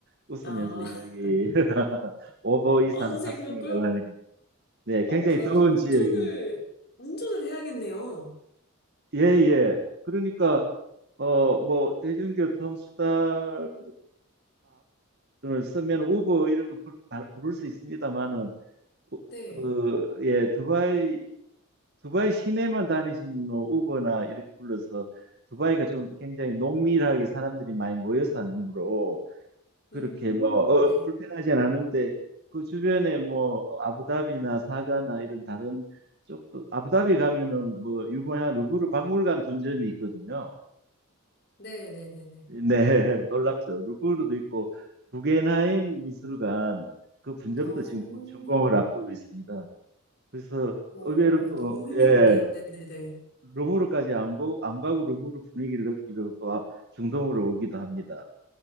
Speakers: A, on the right; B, on the left.
A: 웃으면서
B: 아,
A: 이야기
B: <laughs>
A: <laughs> 오보 이상
B: 어, 선생님,
A: 탑승이라고
B: 그럼, 그럼,
A: 하니까 네, 굉장히
B: 어, 그러면서
A: 더운
B: 운전을,
A: 지역입니다.
B: 운전을 해야겠네요.
A: 예, 예. 그러니까 어, 뭐 대중교통 수단을 쓰면 우버 이런 거 부를, 바- 부를 수 있습니다만은
B: 네.
A: 그, 예, 두바이 두바이 시내만 다니시면 우버나 이렇게 불러서 두바이가 좀 굉장히 농밀하게 사람들이 많이 모여 사는으로 그렇게
B: 음,
A: 뭐 어,
B: 네.
A: 어, 불편하진 않은데 그 주변에 뭐 아부다비나 사자나 이런 다른 쪽도 아부다비 가면은 뭐 유명한 루브르 박물관 분점이 있거든요.
B: 네네네네.
A: 네, <laughs> 놀랍죠. 루브르도 있고 구겐하임 미술관 그 분점도
B: 어, 어,
A: 지금 곧 준공을 앞두고 있습니다. 그래서
B: 어,
A: 의외로 또
B: 너무 흥미로운데요?
A: 예,
B: 네네네.
A: 루브르까지 안, 고, 안 가고 루브르 분위기를 느끼러 또 아- 중동으로 오기도 합니다.